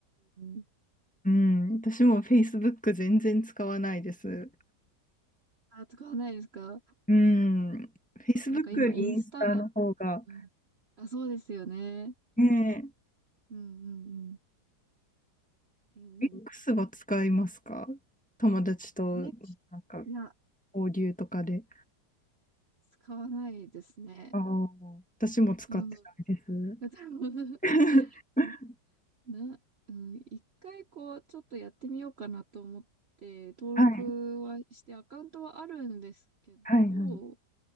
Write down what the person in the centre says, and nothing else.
うん。私も Facebook 全然使わないです。
うん。Facebook
よりインスタの方が。
ね
え。X は使いますか友達となんか
交流とかで。
ああ、私も使ってないです。
<laughs>
はい。
はいはい。